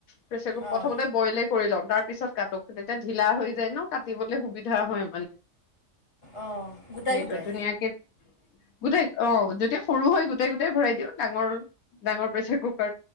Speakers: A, on the left; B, on the left.
A: প্ৰেচাৰ
B: অঁ
A: প্ৰথমতে বইলে কৰি ল'ম তাৰ। পিছত কাক তেতিয়া ঢিলা হৈ যায় ন কাটিবলৈ সুবিধা হয়।
B: অঁ গোটাই
A: সেইটো
B: গোটাই
A: ধুনীয়া কে গোটেই অঁ যেতিয়া সৰু হয় গোটেই গোটেই গোটেই ভৰাই দিওঁ ডাঙৰ ডাঙৰ প্ৰেচাৰ কু